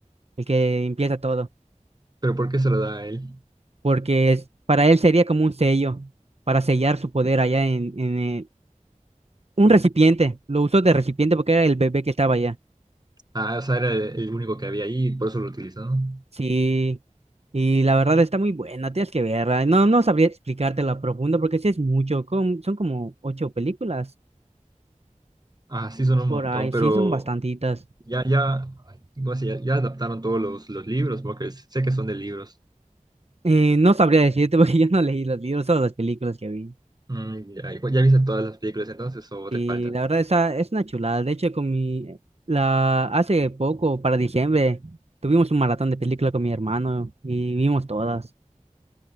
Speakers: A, on the right; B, on the right.
A: el que empieza todo.
B: ¿pero por qué se lo da a él?
A: Porque es, para él sería como un sello para sellar su poder allá en, en el- un recipiente. Lo usó de recipiente porque era el bebé que estaba allá.
B: Ah, o sea, era el, el único que había ahí y por eso lo utilizaron.
A: Sí. Y la verdad está muy buena, tienes que verla. No, no sabría explicártelo a profundo porque sí es mucho. com- son como ocho películas
B: Ah, sí, son un
A: por
B: montón,
A: ahí.
B: pero
A: Sí, son bastantitas.
B: ya, ya, ¿cómo se llama? ya, adaptaron todos los, los libros, porque s- sé que son de libros.
A: Eh, no sabría decirte porque <laughs> yo no leí los libros, solo las películas que vi.
B: Mm, ya, ya viste todas las películas entonces o
A: Y
B: te faltan?
A: la verdad esa es una chulada. De hecho, con mi la hace poco, para diciembre, tuvimos un maratón de películas con mi hermano y vimos todas